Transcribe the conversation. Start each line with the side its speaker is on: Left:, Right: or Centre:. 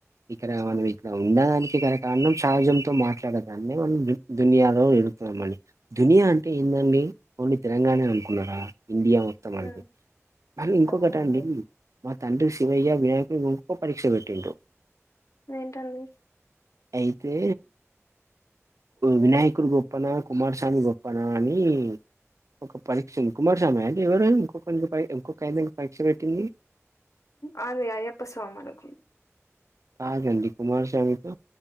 Right: ఇక్కడ మనం ఇట్లా ఉండడానికి ఇక్కడ కారణం సహజంతో మాట్లాడే దాన్ని మనం దునియాలో ఆ మళ్ళీ ధూనియ అంటే ఏందండి ఓన్లీ తెలంగాణ ఏ అనుకున్నారా ఇండియా మొత్తం అండి
Left: మ్మ్.
Right: కానీ ఇంకొకటి
Left: అవునండి
Right: అండి మా తండ్రి శివయ్య వినాయకులు గొప్ప పరీక్ష పెట్టిండ్రు
Left: ఏంటండి
Right: అయితే వినాయకుడు గొప్పన కుమారస్వామి గొప్పన అని ఒక పరీక్ష కుమారస్వామీ ఆ ఎవరు ఇంకొక <unintelligible> పరీక్ష పెట్టింది
Left: ఆ అది అయ్యప్ప స్వామీ అనుకు
Right: కాదండి కుమార స్వామి తో